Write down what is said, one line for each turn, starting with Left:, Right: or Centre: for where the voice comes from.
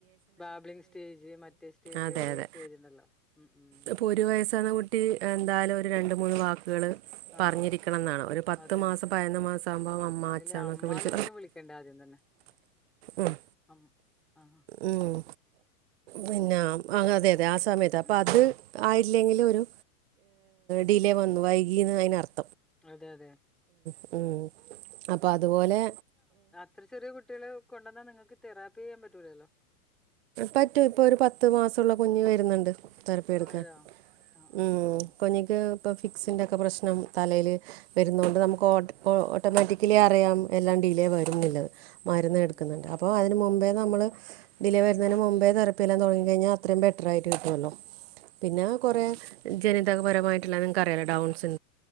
Centre: ബാബ്ലിങ് സ്റ്റേജ് മറ്റേ സ്റ്റേജ്
Right: അതെതെ
Centre: ഓരോ സ്റ്റേജ് ഉണ്ടല്ലോ ഉം ഉം
Right: ഇപ്പൊ ഒരു വയസ് ആകുന്ന കുട്ടി എന്തായാലും ഒരു രണ്ട് മൂന്ന് വാക്കുകള് പറഞ്ഞിരിക്കണം
Centre: ആഹ് ആഹ്
Right: എന്നാണ് ഒരു പത്ത്
Centre: അതെ
Right: മാസം
Centre: അതെ
Right: പതിനന്ന് മാസം ആവുമ്പോ അമ്മ
Centre: ഒന്നില്
Right: അച്ചന്നൊക്കെ
Centre: അമ്മാന്നെങ്കിലും
Right: വിളിച്ച
Centre: വിളിക്കണ്ടേ ആദ്യം തന്നെ
Right: ഉം
Centre: അം ആഹ്
Right: ഉം പിന്ന ആഹ് അതെ അതെ ആ സമയത്ത്
Centre: ഉം
Right: അപ്പൊ
Centre: ഉം
Right: അത് ആ ഇല്ലെങ്കിലും ഒരു ഡിലേ വന്നു വൈകിന്ന് അതിനർത്ഥ
Centre: അതെ അതെ
Right: ഉം അപ്പൊ അതുപോലെ
Centre: ഇത്ര ചെറിയ കുട്ടികൾ കൊണ്ടുവന്നാൽ നിങ്ങൾക്ക് തെറാപ്പി ചെയ്യാൻ പറ്റൂല്ലല്ലോ
Right: പറ്റും ഇപ്പൊ ഒരു പത്ത് മാസമുള്ള കുഞ്ഞു വരുന്നുണ്ട് തെറാപ്പി എടുക്കാൻ
Centre: ആ അതെയോ ആഹ് ആഹ്
Right: ഉം
Centre: ആഹ് ആഹ്
Right: കൊഞ്ഞക്ക് ഇപ്പൊ ഫിക്സിന്റെക്കെ പ്രശ്നം തലയില് വരുന്നൊണ്ട് നമുക്ക് ഓട്ട അപ്പോ ഓട്ടോമാറ്റിക്കലി അറിയാം എല്ലാം ഡിലേ വരുംന്നുള്ളത്
Centre: ഉം
Right: മരുന്ന്
Centre: ഉം
Right: എടുക്കുന്നുണ്ട്
Centre: ഉം
Right: അപ്പോ മുമ്പേ നമ്മള് വരുന്നതിന് മുമ്പേ റപ്പിയല്ലാം തുടങ്ങിക്കഴിഞ്ഞാൽ അത്രയും ബെറ്ററായിട്ട് കിട്ടുമല്ലോ പിന്നെ കൊറെ
Centre: ഉം
Right: ജനിതകപരമായിട്ടുള്ള നിങ്ങക്ക് അറിയാമല്ലോ ഡൗൺസ്